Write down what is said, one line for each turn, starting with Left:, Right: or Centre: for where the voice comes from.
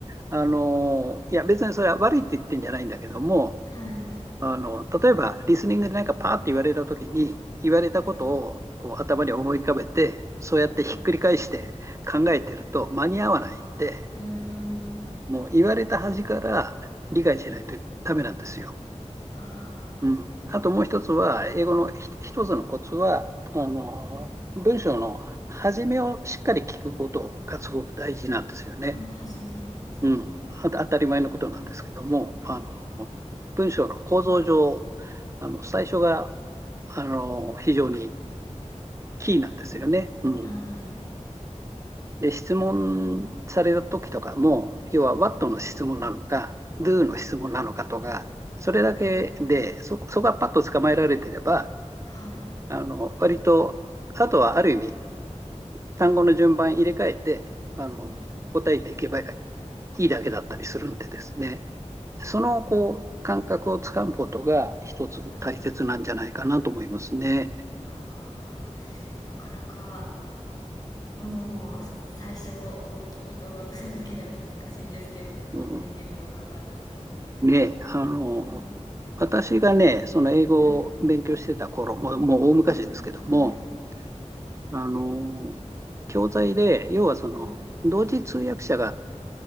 Right: あの、いや、別にそれは悪いって言ってんじゃないんだけども、
Left: はい、
Right: あの、例えば、リスニングでなんかパーって言われたときに、言われたことをこう頭に思い浮かべて、
Left: はい、
Right: そうやってひっくり返して考えてると間に合わないんで、
Left: はい。うーん。
Right: もう言われた端から理解しないとダメなんですよ。
Left: あ
Right: うん。あともう一つは、英語のひ一つのコツは、あの、
Left: あ、はい。
Right: 文章の始めをしっかり聞くことがすごく大事なんですよね。
Left: ああ、初めなんですね。
Right: うん、あ当たり前のことなんですけども、あの、
Left: ああ
Right: 文章の構造上、あの、最初が、あの、非常にキーなんですよね。
Left: はい。
Right: うん。
Left: はい。
Right: で、質問された時とかも、要は What
Left: はい。
Right: の質問なのか、Do の質問なのかとか、
Left: はい。
Right: それだけで、
Left: あー
Right: そ、そこがパッと捕まえられてれば、
Left: はい。
Right: あの、割と、あとはある意味、単語の順番入れ替えて、あの、
Left: はい。
Right: 答えていけばいいだけだったりするんでですね。
Left: うーん。
Right: そのこう感覚をつかむことが一つ大切なんじゃないかなと思いますね。
Left: はい。ああ、なかなか、もう、さ最初を聞き取ろうとするだけでも難しいんですけどね、
Right: うん、
Left: ネイティブの方ですと。う
Right: ね、あの、
Left: ーん。
Right: 私がね、その英語を勉強してた頃、
Left: はい。
Right: もうもう大昔ですけども、
Left: あ、はい。いえいえ
Right: あの、教材で、要はその、
Left: はい。
Right: 同時通訳者が